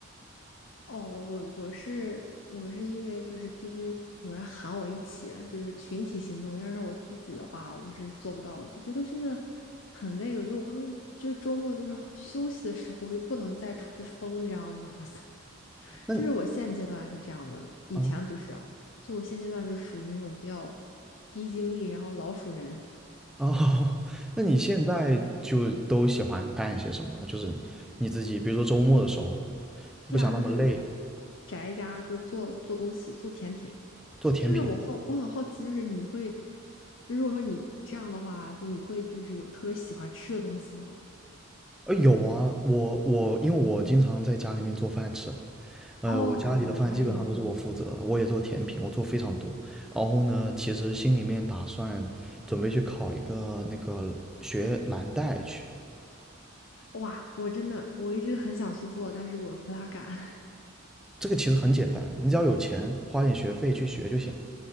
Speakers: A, on the left; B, in the centre.
A: 哦，我我是我是因为就是必须有人喊我一起，就是群体行动。要是我自己的话，我是做不到，就觉得真的很累。我觉得我不能，就是周末就是休息的时候，我就不能再出去疯这样子。<laughs> 我怎么
B: 嗯，那
A: 就是我现阶段是这样的，以前不是啊，
B: 啊。
A: 就我现阶段就属于那种比较低精力，然后老鼠人。
B: 哦，<laughs> 那你现在就都喜欢干些什么呢？就是你自己，比如说周末的时候，
A: <laughs> 对啊，
B: 不想那么累，
A: 就是宅家，就是做做东西，做甜品。
B: 做甜品。
A: 就是我好，我很好奇，就是你会，就如果说你这样的话，就你会就是有特别喜欢吃的东西吗？
B: 呃，有啊，我我因为我经常在家里面做饭吃，呃，
A: 哦哦，
B: 我家里的饭基本上都是我负责的我也做甜品，
A: 我还以为
B: 我做非常多。然后呢，其实心里面打算准备去考一个那个学蓝带去，
A: 哇，我真的我一直很想去做，但是我不大敢。<laughs>
B: 这个其实很简单，你只要有钱，花点学费去学就行。